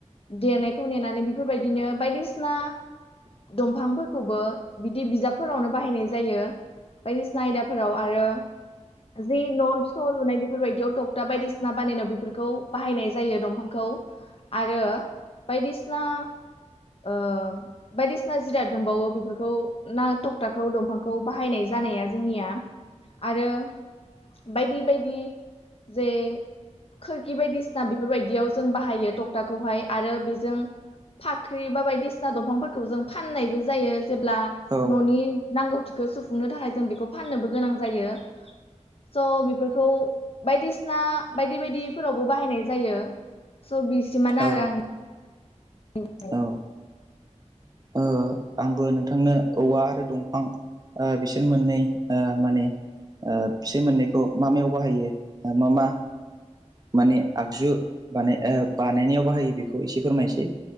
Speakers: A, on the left; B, on the right.
A: देनायखौ नेनानै बेफोरबायदिनो बायदिसिना दंफांफोर खौबो बिदि बिजाबफोरावनो बाहायनाय जायो। बायदिसिना आयदाफोराव आरो जि न स लुनाय बेफोरबायायदियाव टक्टा बायदिसिना बानायनायाव बेफोरखौ बाहायनाय जायो दंफांखौ। औ आरो बायदिसिना ओ बायदिसिना जिराद दंबावो बेफोरखौ ना थकथाखौ दंफांखौ बाहायनाय जानाया जोंनिया आरो बायदि बायदि जे खोरखि बायदिसिना बेफोरबायदियाव जों बाहायो टक्टाखौहाय। आरो बेजों फाख्रि बा बायदिसिना दंफांफोरखौ जों फाननायबो जायो। जेब्ला
B: औ
A: ननि नांगौथिखौ सुफुंनो थाखाय जों बेखौ फाननोबो गोनां जायो। स' बेफोरखौ बायदिसिना बायदि बायदिफोरावबो बाहायनाय जायो। स' बिसिमानो
B: औ
A: आरो आं <unintelligible>
B: औ ओ आंबो नोंथांनो औवा आरो दंफां ओ बिसोर मोननै ओ माने ओ बिसोर मोननैखौ मा मायाव बाहायो ओ मा मा माने आगजु बानाय ओ बानायनायाव बाहायो बेखौ एसे फोरमायसै।